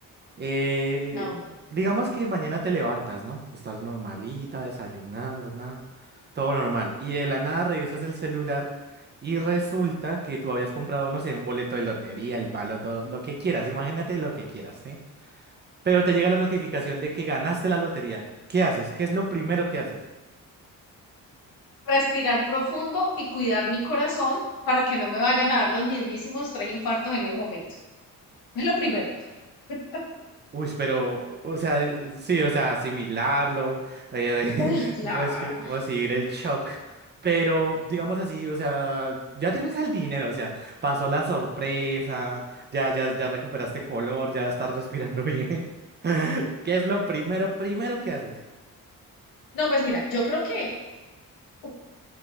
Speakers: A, on the right; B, on the left.
A: Eh,
B: No, no, no.
A: digamos que mañana te levantas, ¿no? Estás normalita, desayunando, nada, todo normal. Y de la nada revisas el celular y resulta que tú habías comprado, no sé, un boleto de lotería, el baloto, lo que quieras, imagínate lo que quieras, ¿sí? Pero te llega la notificación de que ganaste la lotería. ¿Qué haces? ¿Qué es lo primero que haces?
B: Respirar profundo y cuidar mi corazón para que no me vayan a dar los mismísimos tres infartos en el momento. Es lo primero. <laughs>
A: Uy, pero, o sea, sí, o sea, asimilarlo, eh, de
B: Uy,
A: <laughs>
B: claro.
A: reci- recibir el shock. Pero, digamos así, o sea, ya tienes el dinero, o sea, pasó la sorpresa, ya, ya, ya recuperaste color, ya estás respirando bien. <laughs> ¿Qué es lo primero, primero que haces?
B: No, pues mira, yo creo que uf,